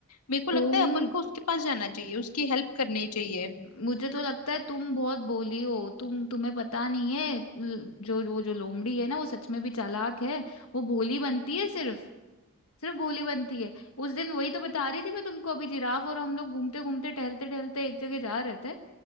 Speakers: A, on the left; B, on the left.
A: मेरे को लगता
B: तुम
A: है अपन को उसके पास जाना चाहिए उसकी हेल्प करनी चाहिए
B: मुझे तो लगता है तुम बहुत बोली हो तुम तुम्हें पता नहीं है ल- जो वो जो लोमड़ी है ना वो सच में भी चालाक है वो भोली बनती है सिर्फ सिर्फ बोली बनती है उस दिन वही तो बता रही थी मैं तुमको अभी जिराफ और हम लोग घूमते घूमते टहलते टहलते एक जगह जा रहे थे